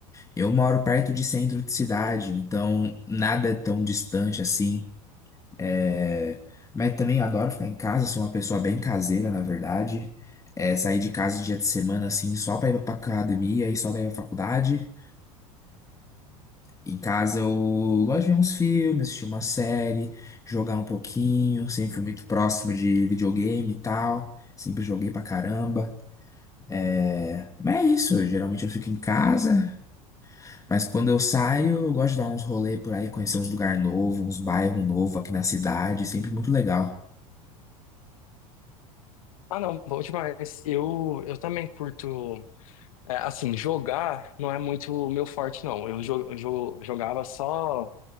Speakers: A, on the left (about 15°); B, on the left (about 70°).
A: Eu moro perto de centro de cidade, então nada é tão distante assim. É, mas também adoro ficar em casa, sou uma pessoa bem caseira, na verdade. É, sair de casa dia de semana, assim, só pra ir pra academia e só pra ir pra faculdade. Em casa eu gosto de ver uns filmes, assistir uma série, jogar um pouquinho. Sempre fui muito próximo de videogame e tal. Sempre joguei pra caramba. é Mas é isso, geralmente eu fico em casa, mas quando eu saio, eu gosto de dar uns rolê por aí, conhecer uns lugar novo, uns bairros novo aqui na cidade, sempre muito legal.
B: Ah, não, bom demais. Eu, eu também curto. é, assim, jogar não é muito o meu forte, não. Eu, jo eu jo- jogava só